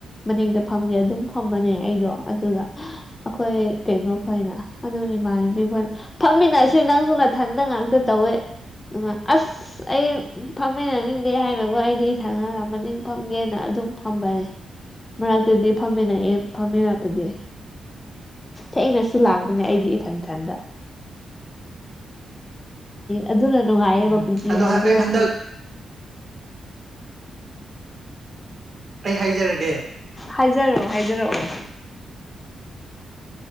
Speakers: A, on the left; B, on the right.
A: ꯃꯅꯤꯡꯗ ꯐꯝꯒꯦ ꯑꯗꯨꯝ ꯐꯝꯕꯅꯦ ꯑꯩꯗꯣ ꯑꯗꯨꯒ ꯑꯩꯈꯣꯏ ꯀꯩꯅꯣꯈꯣꯏꯅ ꯑꯗꯨ ꯏꯃꯥꯟꯅꯕꯤ ꯈꯣꯏꯅ ꯐꯝꯃꯤꯟꯅꯁꯦ ꯅꯪꯁꯨ ꯅꯊꯟꯗ ꯉꯥꯛꯇ ꯇꯧꯋꯦ ꯅꯨꯡꯉꯥꯏ ꯑꯁ ꯑꯩ ꯐꯝꯃꯤꯟꯅ ꯅꯤꯡꯗꯦ ꯍꯥꯏꯕꯒꯣ ꯑꯩꯗꯤ ꯢꯊꯥꯟꯅꯗ ꯃꯅꯤꯡ ꯐꯝꯒꯦꯅ ꯑꯗꯨꯝ ꯐꯝꯕꯅꯦ ꯃꯔꯛꯇꯗꯤ ꯐꯝꯃꯤꯟꯅꯩ ꯐꯝꯃꯤꯟꯅꯄꯗꯤ ꯊꯦꯡꯅꯁꯨ ꯂꯥꯛꯄꯅꯦ ꯑꯩꯗꯤ ꯏꯊꯟ ꯏꯊꯟꯗ ꯑꯗꯨꯅ ꯅꯨꯡꯉꯥꯏꯌꯦꯕ
B: ꯎꯝ
A: ꯄꯨꯟꯁꯤ
B: ꯑꯗꯣ
A: ꯍꯥꯏꯁꯦ
B: ꯑꯩ
A: ꯍꯥꯏꯕꯗꯤ
B: ꯍꯟꯗꯛ ꯑꯩ ꯍꯥꯏꯖꯔꯒꯦ
A: ꯍꯥꯏꯖꯔꯛꯑꯣ ꯍꯥꯏꯖꯔꯛꯑꯣ